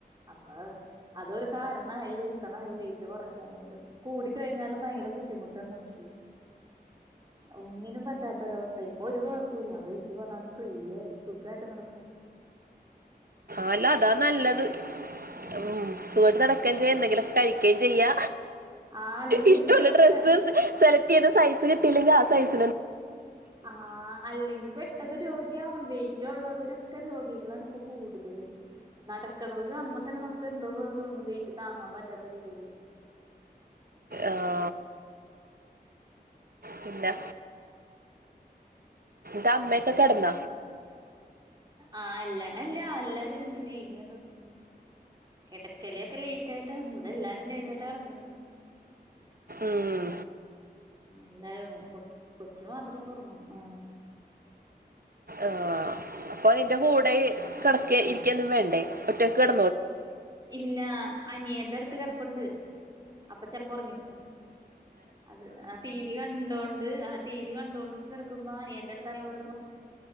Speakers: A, on the right; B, on the right.
A: അപ്പ അതൊരു കാരണ വെയിറ്റ് കുറയ്ക്കാനായിട്ട് കൂട കഴിഞ്ഞാലും ഭയങ്കര ബുദ്ധിമുട്ടുണ്ട് നമുക്ക് ഒങ്ങിനും പറ്റാത്തൊരവസ്ഥ ഒരു കൊഴപ്പമില്ല വെയിറ്റ് പറാന ഫ്രീയയി സുഖായിട്ട് നടക്കാ
B: ആല്ലോ അതാ നല്ലത്
A: ഉം
B: ഉ സുവട്ട് നടക്കാൻ ചെയ്യൻ എന്തെങ്കിലൊക്ക കഴ ചെയ
A: ആഹ് അല്ലെങ്കി
B: ഇഷ്ടുള്ള
A: പെട്ട
B: ഡ്ര സെലക്ട് ചെയ്ത സൈസ് കിട്ടില്ലെങ്കിൽ ആ സസ
A: ആ അല്ലെങ്കി പെട്ടത് രോഗിയ ആവാം വെയിറ്റ് ഉള്ളവരൊക്കെ രോഗി ഇപ്പൊ കൂടുതൽ നട കിണത് കാണുമ്പോ തന്നെ നമുക്ക് എന്തോ പോ തോന്നും വെയിറ്റ് താങ്ങാൻ പറ്റാത്ത രീതിയിയില്
B: ആഹ പിന്നെ ദമക്കെ െകടന
A: ആഹ് എല്ലാ അല്ല എല്ലാരും ഉണ്ട് ടി വി കണ്ടി കിടക്കല ഒക്കെ ലേറ്റ്ായിട്ട ഇവിടെ എല്ലാരും ല ട്ടാട കടമ്പ
B: ഉം
A: എല്ല കൊ കൊച്ചു മാത്രം ഓർന്നും ആ
B: ആ അപ്പൊ അതിന്റെ കൂടെ കിടക്ക ഇരിക്കന്നും വേണ്ടേ ഒറ്റ കട
A: ഇല്ല അനിയന്റെ അടുത്ത് കിറപ്പുണ്ട് അപ്പൊ ചിലപ്പോ ഉറങ്ങി അത് ആ ടി വി കണ്ടോണ്ട് ആ ടി വി കണ്ട ണ്ട് കിടക്കുമ്പന അനിയൻ്റെ അടുത്ത കിടന്ന്